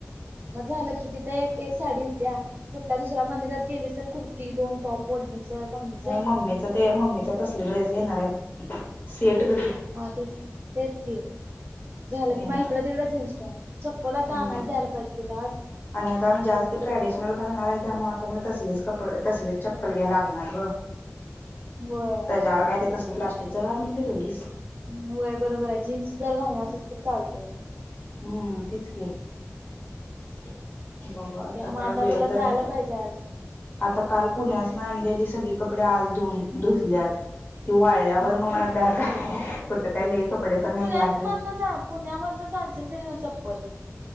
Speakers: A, on the right (about 45°); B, on the left (about 40°).
A: म झालं कि तिथ तर एक एक साडी होत्या कुठल्या दुसऱ्या मंदिरात गेली, तर कुर्ती दोन टॉप ओढणीचं लंबीच.
B: म्मी ते म्मीचा तसले ड्रेस आहे सेट ग ते
A: हा तेच तेच की झालं
B: मग घेणार
A: की, म इकड तिकडं जीन्स टॉप. चप्पल आता
B: हम्म,
A: आणायला जायला पाहिजे तुला आज
B: आणि आता आ् जास्त ट्रेडिशनल घालणार आहे, त्यामुळे आता म तसलेच कप तसलेच चप्पल घ्यायला लागणार ग.
A: होय
B: त्याच्यावर काय, ते तस प्लास्टिक च घालून फिरवीस?
A: ह वय बरोबर आहे. जीन्स जर घालला असेल तर चालते.
B: हम्म तेच की. <unintelligible> बघा आता काय
A: मग
B: वेळ
A: तुला
B: तर,
A: जायला पाहिजे आज
B: आता काल पुण्यास नाही सगळे कपडे धुतल्यात ते वाळल्यावर
A: हा
B: मग त्यावर मला बॅग <unintelligible> कपडे
A: तू
B: पण
A: पुण्याच
B: नाही ह्या ट्रीप
A: मधन पुण्यामधनच आणशील क नाही मग चप्पल.